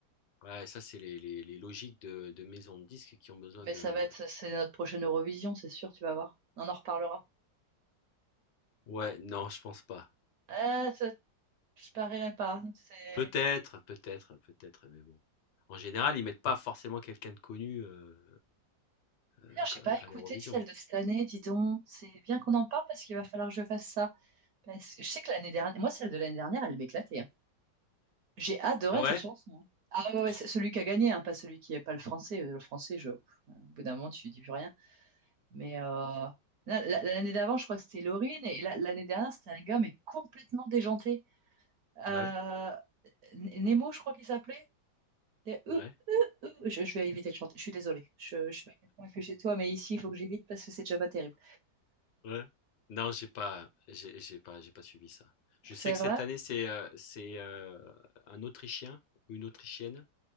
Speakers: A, on the left; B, on the right.
A: ouais, ça, c'est les, les, les logiques de, de maisons de disques qui ont besoin
B: Mais
A: de.
B: ça va être, c'est notre prochaine Eurovision, c'est sûr, tu vas voir. On en reparlera.
A: Ouais, non, je pense pas.
B: Ah, ça, je parierais pas. C'est...
A: Peut-être, peut-être, peut-être, mais bon. En général, ils mettent pas forcément quelqu'un de connu euh, euh,
B: D'ailleurs, j'ai pas écouté
A: à l'Eurovision.
B: celle de cette année, dis donc. C'est bien qu'on en parle parce qu'il va falloir que je fasse ça. Parce que je sais que l'année dernière, moi, celle de l'année dernière, elle m'éclatait. hein. J'ai adoré
A: Ah ouais?
B: cette chanson. hein. Ah ouais, ouais,
A: Je
B: c'est
A: sais-
B: celui qui a gagné, hein, pas celui qui est pas le français. Euh, Le français, je... pff, au bout d'un moment, tu dis plus rien. Mais euh, là, la- l'année d'avant, je crois que c'était Laurine. Et là, l'année dernière, c'était un gars, mais complètement déjanté. Euh,
A: Ouais,
B: N- Nemo, je crois qu'il s'appelait. Des euh,
A: ouais,
B: euh, euh. Je, je vais éviter de chanter. Je suis désolée. Je, je sais pas quel point il fait chez toi, mais ici, il faut que j'évite parce que c'est déjà pas terrible.
A: ouais. Non, j'ai pas, j'ai j'ai pas, j'ai pas suivi ça. Je
B: C'est
A: sais que
B: vrai?
A: cette année, c'est euh, c'est euh, un Autrichien ou une Autrichienne